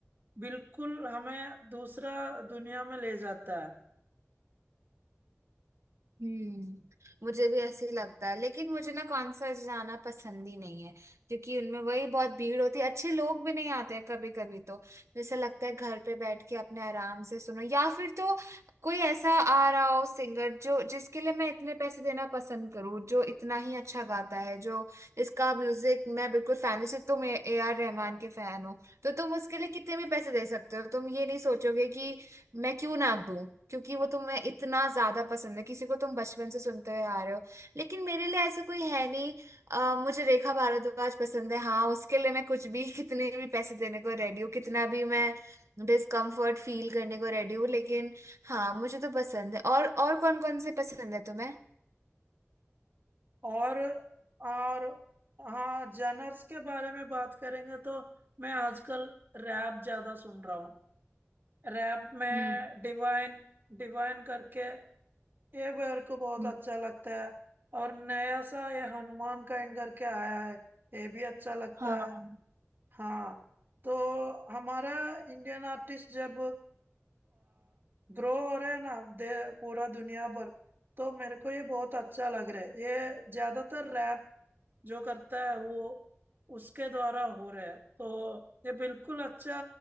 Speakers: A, on the right; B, on the right.
A: बिल्कुल हमें दूसरा दुनिया में ले जाता है
B: हम्म मुझे भी ऐसे ही लगता है लेकिन मुझे ना कॉन्सर्ट जाना पसंद ही नहीं है क्योंकि उनमें वही बहुत भीड़ होती है अच्छे लोग भी नहीं आते हैं कभी कभी तो जैसे लगता है घर पे बैठ के अपने आराम से सुनो या फिर तो कोई ऐसा आ रहा हो सिंगर जो जिसके लिए मैं इतने पैसे देना पसंद करूँ जो इतना ही अच्छा गाता है जो इसका म्यूजिक मैं बिल्कुल फैन जैसे तुम ए आर रहमान के फैन हो तो तुम उसके लिए कितने भी पैसे दे सकते हो तुम ये नहीं सोचोगे कि मैं क्यों ना दूं क्योंकि वो तुम्हें इतना ज्यादा पसंद है किसी को तुम बचपन से सुनते हुए आ रहे हो लेकिन मेरे लिए ऐसा कोई है नहीं अ, मुझे रेखा भारद्वाज पसंद है हाँ उसके लिए मैं कुछ भी <laughs> कितने भी पैसे देने को रेडी हूँ कितना भी मैं डिस्कम्फर्ट फील करने को रेडी हूँ लेकिन हाँ मुझे तो पसंद है और और कौन कौन से पसंद है तुम्हें
A: और और हाँ जनर्स के बारे में बात करेंगे तो मैं आजकल रैप ज्यादा सुन रहा हूँ रैप में
B: हम्म
A: डिवाइन डिवाइन करके ये मेरे को बहुत
B: हम्म,
A: अच्छा लगता है और नया सा ये हनुमान काइंड करके आया है ये भी अच्छा लगता
B: हाँ
A: है हाँ तो हमारा इंडियन आर्टिस्ट जब ग्रो हो रहे हैं ना दे पूरा दुनिया पर तो मेरे को ये बहुत अच्छा लग रहा है ये ज्यादातर रैप जो करता है वो उसके द्वारा हो रहा है तो ये बिल्कुल अच्छा